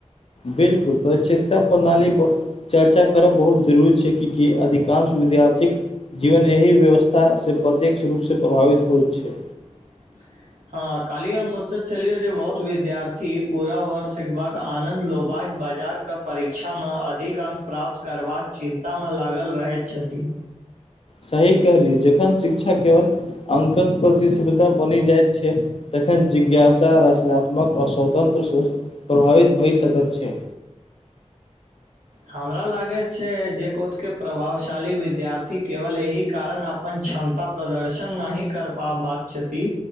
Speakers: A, on the left; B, on the right.
A: बिलकुल पर शिक्षा प्रणाली पर चर्चा करब बहुत जरूरी छै कि कि अधिकांश विद्यार्थीक जीवन एहि व्यवस्थासँ प्रत्यक्ष रूपसँ प्रभावित होइत छै
B: <unintelligible> हँ काल्हि हम सोचे छलियै जे बहुत विद्यार्थी पूरा वर्ष सिखबाक आनंद लेबाक बाजार के परीक्षामे अधिक अंक प्राप्त करबाक चिन्तामे लागल रहैत छथि
A: सही कहलि जखन शिक्षा केवल अंकक प्रतिस्पर्धा बनि जाइ छै तखन जिज्ञासा रचनात्मक आ स्वतन्त्र सोच प्रभावित भ सकैत छै
B: हमरा लागैत छै जे कोतके प्रभावशाली विद्यार्थी केवल एहि कारण अपन क्षमता प्रदर्शन नहि कर पबाक छथि